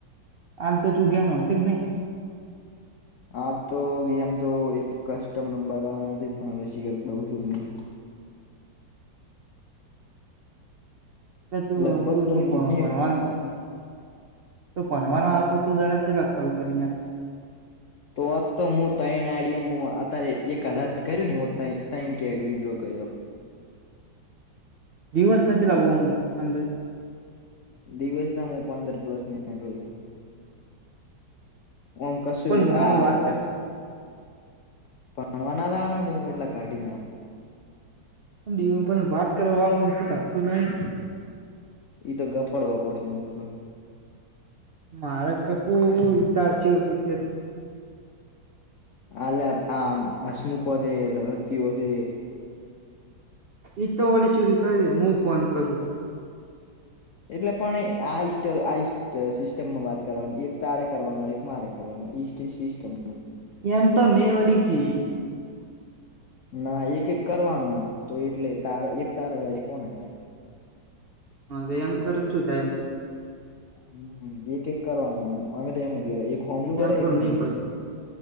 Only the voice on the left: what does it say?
આજ તો આમ તો કસ્ટમ રમવા જવાના હતા પણ હવે શી કરુ લઉ છું કે નહી.
લગભગ
તો
મેં
નતી
કરી.
તો તો હું ત્રણ આડીએ અત્યારે એક હજાર કર્યો ને ત્રણ કે વિડ્રો કર્યો.
દિવસના હું પંદર પ્લસ ને એમ કર્યું ઓમ કશું
આ
ભણવાના જવાનું હોય તો હું
એટલા કાઢી જ નાખું.
ઈ તો ગપાડવા પડે મૂર્ખ્યો.
આલે આ હશમુખો છે રતીઓ છે એ.
એટલે પણ આ ઈસ્ટ આ ઈ. સિસ્ટમમાં વાત કરવાની એક તારે કરવાનો એક મારે કરવાનું ઈ સિસ્ટમ.
ના એક એક કરવાનું તો એટલે તારા એક તારા થાય એક ઑને થાય.
હમ એક એક કરવાનું અમે તો એમ જ કર એક હોમલું કરે
એક હું
કરું.